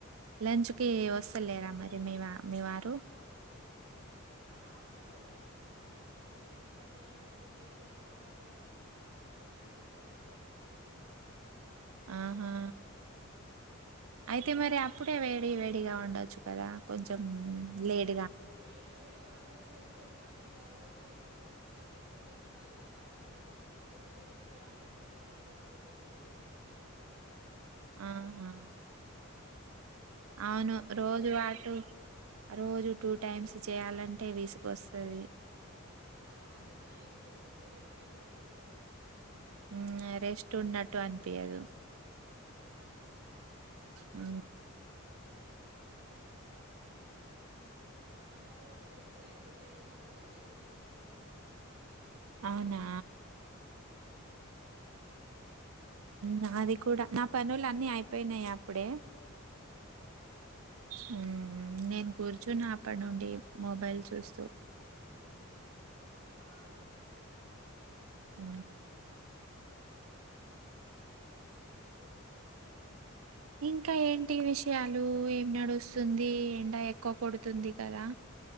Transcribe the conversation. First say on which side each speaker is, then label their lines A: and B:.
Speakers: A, on the right; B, on the right.
A: లంచ్ కి వస్త లేరా మరి మీ మీ వారు
B: ఆ వస్తారు లంచ్ చేసి పొద్దున టిఫి న్ చేసి వెళ్ళిపోతారు తర్వాత మధ్యాహ్నం వచ్చి లంచ్ చేసి పోతారు మళ్ళా
A: ఆహా అయితే మరి అప్పుడే వే వేడివేడిగా ఉండొచ్చు కదా కొంచెం లేట్
B: వేడివేడిగా వండొచ్చు ఓకే కానీ ఇక రోజు పొద్దున్న టిఫిన్ చేస్తా ఇక మధ్యాహ్నం రోజు రోజు గ్యాసు అస్తమాను కాని ఈ రోజు పొద్దున్న చేసేసినా
A: ఆహా
B: ఆ
A: అవును
B: ఇప్పుడే అయినాయి
A: రోజు
B: పనులు
A: పాటు రోజుకు టూ టైమ్స్ చేయాలంటే విసుగొస్తది
B: ఆ అందుకనే ఈరోజు పొద్దున్న ఒకటేసారి చేసినా
A: హ్మ్. రెస్ట్ ఉన్నట్టు అనిపియదు
B: ఆ
A: ఆ
B: ఇంకా మరి నా పనులు ఇంకా ఇప్పుడే అయిపోయినయి ఇగ ఇప్పుడే రేస్ట్ తీసుకుంటున్నా నేను
A: అవునా
B: ఆ
A: నాది కూడా నా పనులు అన్నీ అయిపోయినాయి అప్పుడే
B: అవునా
A: హ్మ్. నేను కూర్చున్న అప్పటి నుండి మొబైల్ చూస్తూ
B: ఆహా
A: ఉ
B: ఉ ఇంకా మరి అ
A: ఇంకా ఏంటి విషయాలు ఏం నడుస్తుంది ఎండ ఎక్కువ కొడుతుంది కదా